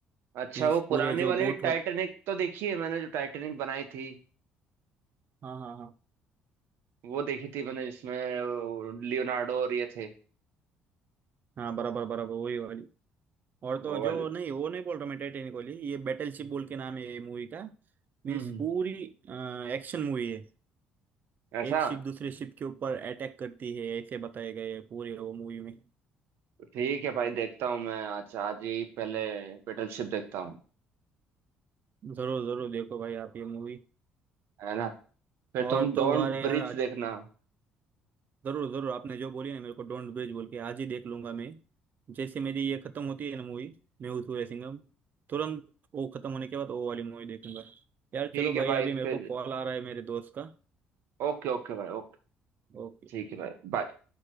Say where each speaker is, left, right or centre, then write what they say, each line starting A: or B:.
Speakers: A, on the right (about 75°); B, on the right (about 50°).
A: अच्छा
B: मीन्स
A: वो
B: पूरे
A: पुरानी
B: जो
A: वाली
B: बोट
A: टाइटैनिक
B: हो
A: तो देखी है मैंने जो टाइटैनिक बनाई थी
B: हाँ हाँ हाँ
A: वो देखी थी मैंने जिसमें लियोनार्डो और ये थे
B: हाँ बराबर बराबर वही वाली और तो
A: वो
B: जो
A: वाले
B: नहीं वो नहीं बोल रहा मैं टाइटेनिक वाली ये बैटल शिप
A: हम्म
B: बोल के नाम है ये मूवी का मीन्स
A: हम्म।
B: पूरी एक्शन मूवी है
A: ऐसा
B: एक शिप दूसरे शिप के ऊपर अटैक करती है ऐसे बताया गया है पूरे वो मूवी में
A: ठीक है भाई देखता हूँ मैं आज आज ही पहले बैटलशिप देखता हूँ
B: जरूर जरूर देखो भाई आप ये मूवी
A: है ना फिर
B: और
A: तुम डोंट
B: तो वाले यार
A: ब्रीथ देखना
B: जरूर जरूर आपने जो बोली ना मेरे को डोंट ब्रिज बोल के आज ही देख लूंगा मैं जैसे मेरी ये खत्म होती है ना मूवी मैं सूर्य सिंघम तुरंत वो खत्म होने के बाद वो वाली मूवी देखूंगा यार
A: ठीक
B: चलो भाई
A: है भाई
B: अभी मेरे
A: फिर
B: को कॉल आ रहा है मेरे दोस्त का
A: ओके ओके भाई ओके
B: ओके
A: ठीक है भाई बाय